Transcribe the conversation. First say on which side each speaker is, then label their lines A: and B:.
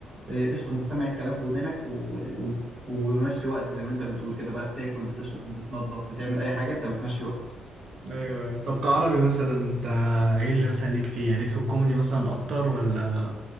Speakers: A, on the right; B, on the right.
A: إيه، قشطة أنت سامع الكلام في ودنك و... و... وبمشي وقت زي ما أنت بتقول كده بقى بتاكل بتشرب بتنظف بتعمل أي حاجة أنت بتمشي وقت
B: ايوه ايوه طب كعربي مثلا انت ايه اللي مثلا ليك فيه يعني ليك في الكوميدي مثلا اكتر ولا